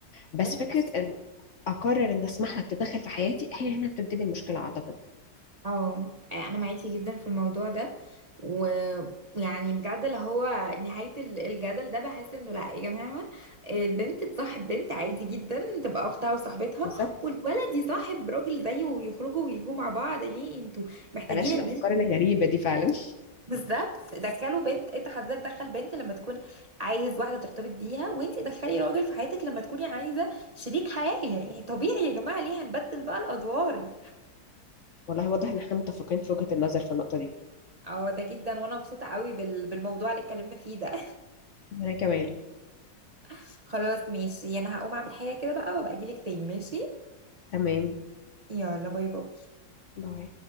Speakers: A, on the left; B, on the right.
A: بس
B: بس
A: فكرة ان اقرر ان اسمح لك تتدخل في حياتي هي هنا بتبتدي المشكلة اعتقد
B: اه انا معاكي جدا في الموضوع ده ويعني بجد اللي هو نهاية ال- الجدل ده بحس انه لا يا جماعة البنت تصاحب بنت عادي جدا تبقى اختها وصاحبتها
A: بالظبط
B: والولد يصاحب راجل زيه ويخرجوا ويجوا مع بعض ليه انتوا محتاجين
A: بلاش الافكار
B: البنت
A: الغريبة دي فعلا
B: بالظبط دخلوا بنت انت حضرتك دخل بنت لما تكون عايز واحده ترتبط بيها وانت دخلي راجل في حياتك لما تكوني عايزه شريك حياه يعني طبيعي يا جماعه ليه هنبدل بقى الادوار
A: <laughs> والله واضح ان احنا متفقين في وجهة النظر في النقطة دي
B: اه ده جدا وانا مبسوطه قوي بال... بالموضوع اللي اتكلمنا فيه ده
A: وانا كمان
B: <laughs> خلاص ماشي انا هقوم اعمل حاجه كده بقى وابقى اجيلك تاني ماشي
A: تمام
B: يلا باي باي
A: باي